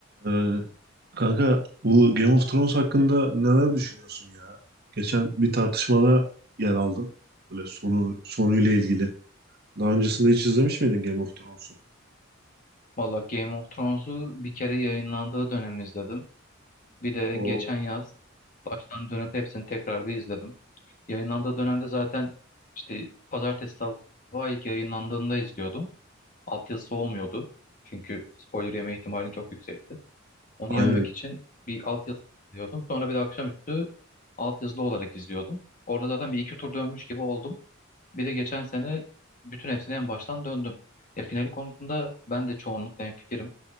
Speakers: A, on the right; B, on the left.
A: Ee, kanka bu Game of Thrones hakkında neler düşünüyorsun ya? Geçen bir tartışmada yer aldım. Böyle sonu sonuyla ilgili. Daha öncesinde hiç izlemiş miydin Game of Thrones'u?
B: Valla Game of Thrones'u bir kere yayınlandığı dönem izledim. Bir de
A: O
B: geçen yaz baştan dönüp hepsini tekrar bir izledim. Yayınlandığı dönemde zaten işte pazartesi sabahı ilk yayınlandığında izliyordum. Altyazısı olmuyordu. Çünkü spoiler yeme ihtimalin çok yüksekti. Onu
A: aynen.
B: yememek için bir altyazı izliyordum. Sonra bir de akşamüstü altyazılı olarak izliyordum. Orada zaten bir iki tur dönmüş gibi oldum. Bir de geçen sene bütün hepsini en baştan döndüm. E, finali konusunda ben de çoğunlukla hemfikirim.